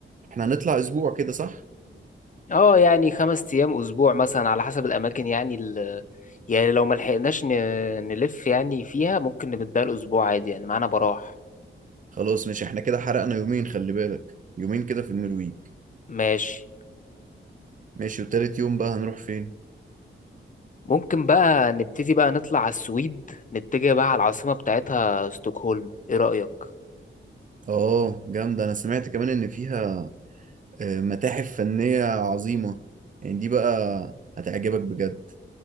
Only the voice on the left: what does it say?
اه يعني خمس ايام اسبوع مثلا على حسب الاماكن يعني ال... يعني لو ما لحقناش ن... نلف يعني فيها ممكن نبدأ الاسبوع عادي يعني معانا براح
ماشي
ممكن بقى نبتدي بقى نطلع على السويد نتجه بقى على العاصمة بتاعتها ستوكهولم ايه رأيك